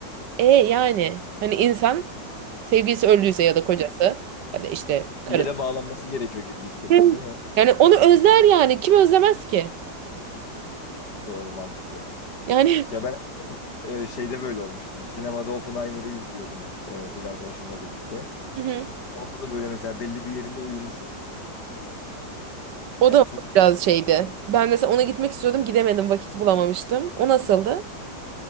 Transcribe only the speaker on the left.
Bir yere bağlanması gerekiyor gibi hissettin
değil mi?
Doğru mantıklı.
Ya ben e, şeyde böyle olmuştum. Sinemada Oppenheimer'ı izliyordum e, kız arkadaşımla birlikte.
Onda da böyle mesela belli bir yerinde uyumuşum.
Yani
çok